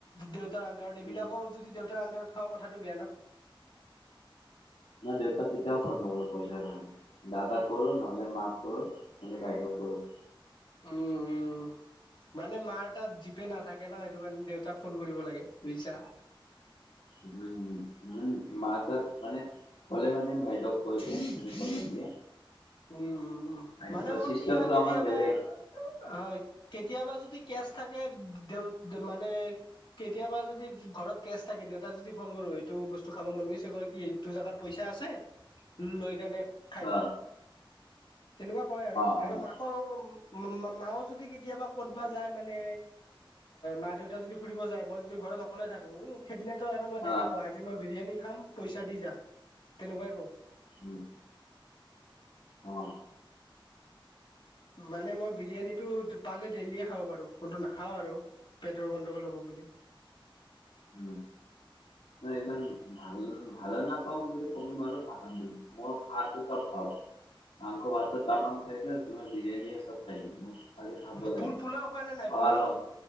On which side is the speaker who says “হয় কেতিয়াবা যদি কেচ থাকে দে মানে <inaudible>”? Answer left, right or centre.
Left